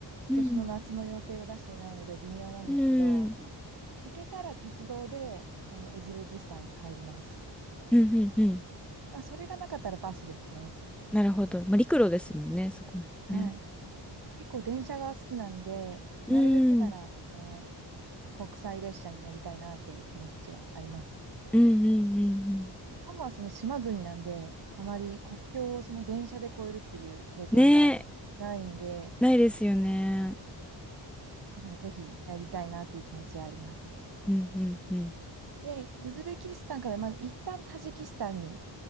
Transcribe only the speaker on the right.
今年の夏の予定を出してないので微妙なんですけど、
行けたら鉄道で、えーウズベキスタンに入ります。
あ、それがなかったらバスですね。
はい。結構電車が好きなんで、
なるべくなら、
その、国際列車に乗りたいなっていう気持ちがあります。
日本はその島国なんで、あまり国境をその電車で越えるっていう経験がないんで、
だからぜひやりたいなっていう気持ちはあります。
で、ウズベキスタンから、まあ、一旦タジキスタンに